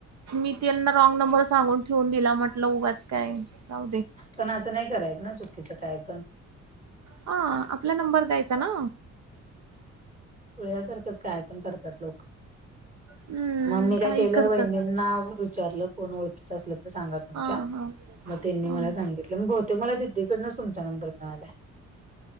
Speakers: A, on the right; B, on the right.
A: मी तेना रॉंग नंबरच सांगून ठेवून दिला म्हटल उगाच काय. जाऊ दे
B: पण असं नाही करायचं ना चुकीचं काय पण.
A: हा, आपला नंबर द्यायचा ना.
B: पुळ्यासारखंच काय पण करतात लोक.
A: हम्म
B: मग मी काय
A: काही
B: केलं
A: करतात
B: वहिनींना विचारलं कोण ओळखीच असलं तर सांगा. तमच्या,
A: हा हा
B: मग त्यांनी
A: हा
B: मला सांगितले मग बहुतेक मला दिदीकडनच तुमचा नंबर मिळालाय.